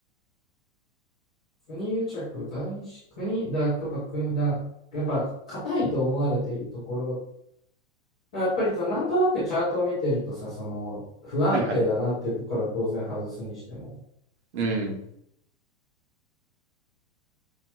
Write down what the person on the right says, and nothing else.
はいはい。うん。